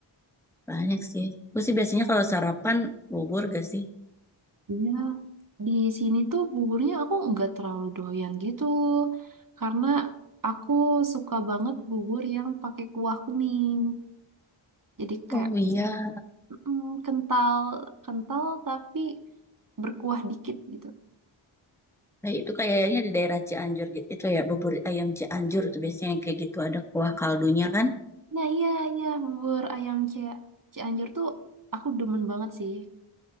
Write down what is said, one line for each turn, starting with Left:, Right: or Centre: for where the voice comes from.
Centre: banyak sih. Gue sih biasanya kalau sarapan bubur gak sih?
Right: Ya, di sini tuh buburnya aku nggak terlalu doyan gitu, karena aku suka banget bubur yang pakai kuah kuning. Jadi kayak
Centre: Oh iya,
Right: mm, kental, kental tapi berkuah dikit gitu.
Centre: Kayak itu kayaknya di daerah Cianjur gitu itu ya, bubur ayam Cianjur tuh biasanya yang kayak gitu ada kuah kaldunya kan?
Right: Nah iya, iya, bubur ayam Ci- Cianjur tuh aku demen banget sih.